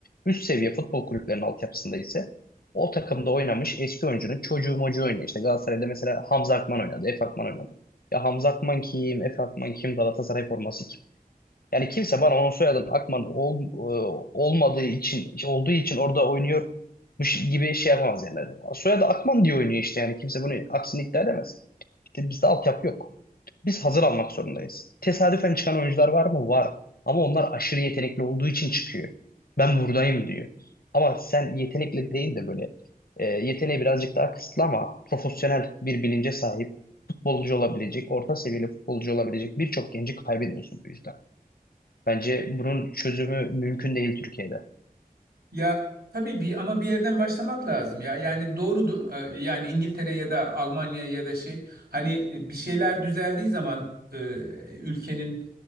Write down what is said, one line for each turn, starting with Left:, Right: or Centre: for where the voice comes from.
Left: Üst seviye futbol kulüplerinin altyapısında ise o takımda oynamış eski oyuncunun çocuğu mocuğu oynuyor. İşte Galatasaray'da mesela Hamza Akman oynadı, Efe Akman oynadı. Ya Hamza Akman kim, Efe Akman kim, Galatasaray forması kim? Yani kimse bana onun soyadının Akman ol, e, olmadığı için, işte olduğu için orada oynuyor bu şi- gibi şey yapamaz yani. Soyadı Akman diye oynuyor işte yani kimse bunu aksini iddia edemez. İşte bizde altyapı yok. Biz hazır almak zorundayız. Tesadüfen çıkan oyuncular var mı? Var. Ama onlar aşırı yetenekli olduğu için çıkıyor. Ben buradayım diyor. Ama sen yetenekli değil de böyle e, yeteneği birazcık daha kısıtlı ama profesyonel bir bilince sahip futbolcu olabilecek, orta seviyeli futbolcu olabilecek birçok genci kaybediyorsun bu yüzden. Bence bunun çözümü mümkün değil Türkiye'de.
Right: Ya tabii bir ama bir yerden başlamak lazım ya. Yani doğrudur. Ee, Yani İngiltere ya da Almanya ya da şey hani e, bir şeyler düzeldiği zaman e, ülkenin